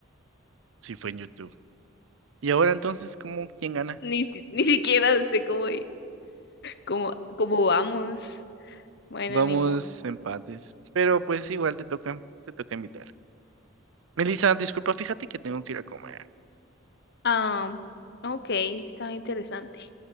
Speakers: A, on the right; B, on the left.
A: sí fue en YouTube. Y ahora entonces, ¿cómo quién gana?
B: Ni, si- ni siquiera sé cómo, cómo, cómo vamos. Bueno,
A: Vamos
B: ni modo.
A: empates. Pero pues igual te toca, te toca invitar. Melissa, disculpa, fíjate que tengo que ir a comer.
B: Ah, ok, está interesante.